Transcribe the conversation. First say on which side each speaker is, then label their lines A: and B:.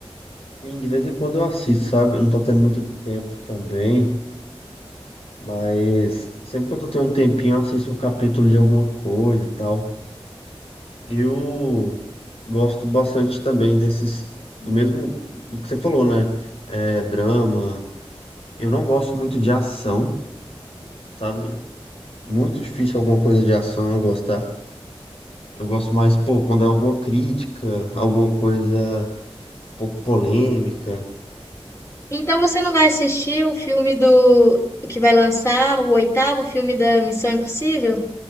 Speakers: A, on the left; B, on the left.
A: sim, de vez em quando eu assisto, sabe? Eu não tô tendo muito tempo também. Mas sempre quando eu tenho um tempinho, eu assisto um capítulo de alguma coisa e tal. Eu gosto bastante também desses. Do mesmo. Do que você falou, né? É, drama. Eu não gosto muito de ação, sabe? Muito difícil alguma coisa de ação eu gostar. Eu gosto mais, pô, quando é alguma crítica, alguma coisa um pouco polêmica.
B: Então você não vai assistir o filme do que vai lançar o oitavo filme da Missão Impossível?